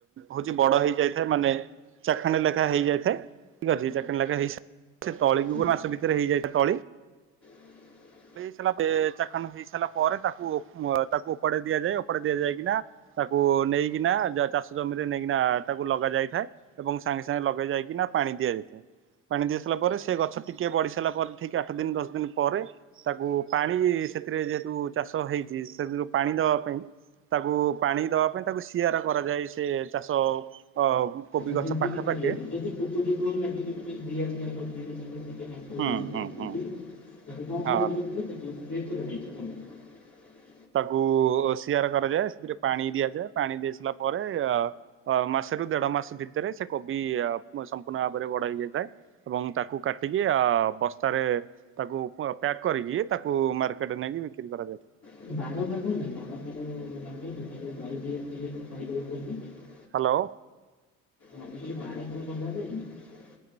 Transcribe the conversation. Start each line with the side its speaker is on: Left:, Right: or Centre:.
Right: ହଉଚି ବଡ ହେଇଯାଇଥାଏ। ମାନେ ଚାଖଣ୍ଡ ଲେଖା ହେଇଯାଇଥାଏ। ଠିକ୍ ଅଛି ଚାଖଣ୍ଡେ ଲେଖା ହେଇ ସେ ତଳିକୁୁଗ
Left: ଆଚ୍ଛା
Right: ମାସ ଭ ରେ ହେଇଯାଇଥାଏ ତଳି।
Left: <inaudible>
Right: ଇାରା ଚାଖାନ ହେଇସାରିଲା ପରେ ତାକୁ ତାକୁ ଓ ଓପାଡ଼ି ଦିଆଯାଏ ଉପଡି ଦିଆଯାଏକି ନା ତାକୁ ନେଇକିନା ଯ ଚାଷ ଜମିରେ ନେଇକିନା ତାକୁ ଲଗା ଯାଇଥାଏ ଏବଂ ସାଙ୍ଗେ ସାଙ୍ଗେ ଲଗେଇ ଯାଇକିନା ପାଣି ଣି ଦିଆଯାଇଥାଏ ପାଣି ଦିଆ ସାରିଲା ପରେ ସେ ଗଛ ଟିକେ କେ ବଢି ସାରା ପରେ ଠିକ ଆଠ ଦିନ ଦଶ ଦିନ ପରେ ତାକୁ ପାଣି ସେଥିରେ ଯେହେତୁ ଚାଷ ହେଇଚି ସବ ପାଣି ଦବା ପାଇଁ ତାକୁ ପାଣି ଦବା ପାଇଁ ତାକୁ ସିଆର କରାଯାଏ ସେ ଚାଷ ଅ କୋବି
Left: <unintelligible>
Right: ଗଛ ପାଖେ ପାଖେ
Left: <unintelligible>
Right: ହୁଁ ହୁଁ ହୁଁ
Left: <unintelligible>
Right: ହଁ ତାକୁ ଶିଆର କରାଯାଏ ସେଥିରେ ପାଣି ଦିଆଯାଏ ପାଣି ଦେଇ ସାରିଲା ପରେ ମା ମାସେର ଦେଢ ମାସ ଭିତରେ ସେ କବି ସମ୍ପୂର୍ଣ ଭାବରେ ଗଡ ହେଇଯାଇଥାଏ ଏବଂ ତାକୁ କାଟିକି ଅ ବସ୍ତାରେ ତାକୁ ପ୍ୟାକ୍ କରିକି ତାକୁ ମାର୍କେଟରେ ନେଇକି ବିକ୍ରି କରାଯାଇଥାଏ।
Left: <unintelligible>
Right: ହାଲୋ।
Left: ହଁ ବାହାର ବନ୍ଧା <unintelligible>